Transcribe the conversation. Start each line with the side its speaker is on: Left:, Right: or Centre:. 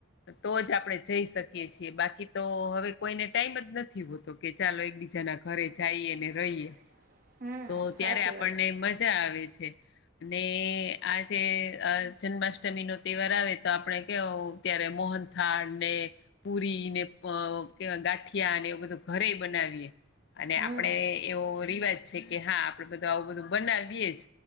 Left: તો જ આપણે જઈ શકીએ છીએ બાકી તો હવે કોઈને ટાઈમ જ નથી હોતો, કે ચાલો એકબીજાના ઘરે જાઈએને રહીએ,
Right: <inaudible>
Left: તો ત્યારે
Right: સાચી
Left: આપણને
Right: વાત છે
Left: મ જા આવે છે, અને આજે જન્માષ્ટમીનો તહેવાર આવે તો આપણે કેવું ત્યારે મોહનથાળ ને, પુરીને પણ ગાંઠિયાને એ બધું ઘરે બનાવીએ, અને
Right: હમ
Left: આપડે એવો રિવાજ છે, કે હા આપડે બધા આઉં બધું બનાવીએ જ